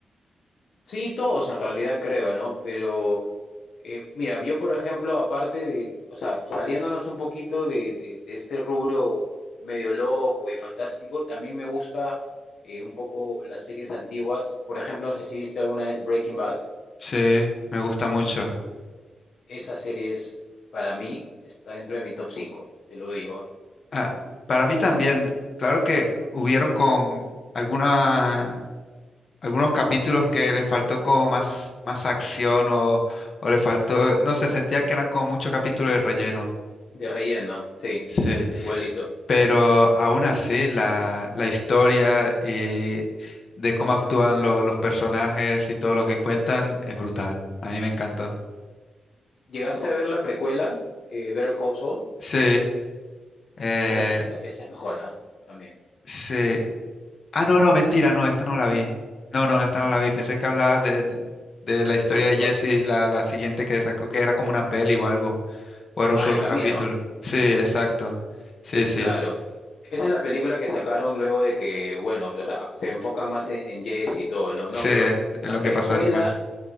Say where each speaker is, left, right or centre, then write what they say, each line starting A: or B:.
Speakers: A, on the left; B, on the left.
A: Sí, todos en realidad creo, ¿no? Pero... Eh, mira, yo por ejemplo, aparte de, o sea, saliéndonos un poquito de, de- de este rubro medio loco y fantástico, también me gusta eh, un poco las series antiguas. Por ejemplo, no sé si viste alguna vez Breaking Bad.
B: Sí, me gusta mucho.
A: Esa serie es, para mí, está dentro de mi top 5. te lo digo.
B: Ah, para mí también, claro que hubieron con alguna, algunos capítulos que le faltó como más, más acción o, o le faltó, no sé, sentía que eran como mucho capítulo de relleno.
A: De relleno, sí,
B: Sí.
A: igualito.
B: Pero aún así, la, la historia y de cómo actúan lo- los personajes y todo lo que cuentan es brutal. A mí me encantó.
A: ¿Llegaste a ver la precuela, eh, Better Call Saul?
B: Sí, eh,
A: Creo que esa, está- esa es mejor, ¿ah? También.
B: sí. Ah, no, no, mentira, no, esta no la vi. No, no, esta no la vi. Pensé que hablabas de, de la historia de
A: ¿Cuál?
B: Jesse, la, la siguiente que sacó, que era como una peli o algo, o era un
A: Ah,
B: solo
A: El Camino.
B: capítulo. Sí, exacto. Sí, sí,
A: Claro. Esa es la película que sacaron luego de que, bueno, o sea, se enfocan más en, en Jesse y todo, ¿no?
B: sí,
A: No, pero
B: en
A: la
B: en lo que
A: precuela,
B: pasó después.